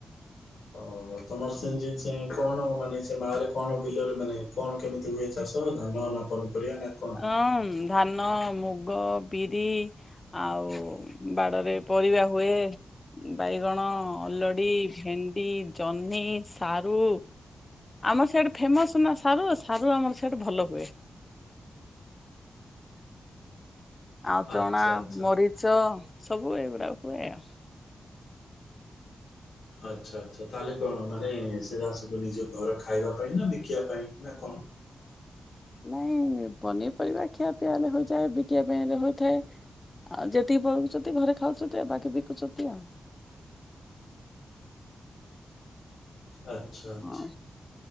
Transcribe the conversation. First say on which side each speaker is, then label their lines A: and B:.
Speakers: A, on the left; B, on the left.
A: ଓ ତମର ସେଇ ଜିନଷ କଣ ମାନେ ସେ ମାରେ କଣ ବିଲରେ ମାନେ କଣ କେମିତି ହୁଏ ଚାଷ ତ ଧାନମାନ ପନିପରିବା ନା କଣ?
B: ହଁ ମ୍ ଧାନ ମୁଗ ବିରି ଆଉ ବାଡ଼ରେ ପରିବା ହୁଏ ଉଁ ବାଇଗଣ ଅଲଡ଼ି ଭେଣ୍ଡି ଜହ୍ନି ସାରୁ ଆମର ସିଆଡ଼େ ଫେମସ ନା ସାରୁ ସାରୁ ଆମର ସିଆଡ଼େ ଭଲ ହୁଏ। ଆଉ ଚଣା
A: ଆଚ୍ଛା ଆଚ୍ଛା।
B: ମରିଚ ସବୁ ଏଗୁଡାକ ହୁଏ ଆଉ।
A: ଆଛା ଆଛା ତାହେଲେ କଣ ମାନେ ସେରା ସବୁ ନିଜ ଘର ଖାଇବା ପାଇଁ ନା ବିକିବା ପାଇଁ ନା କଣ?
B: ନାଇଁ ପନିପରିବା ଖିଆ ପିଆରେ ହୋଇଯାଏ ବିକିବା ପାଇଁ ବି ହୋଇଥାଏ ଆଉ ଯେତିକି ପଳଉଚନ୍ତି ଘରେ ଖାଉଚନ୍ତି ଆଉ ବାକି ବିକୁଚନ୍ତି ଆଉ।
A: ଆଛା ଆଛା
B: ହଁ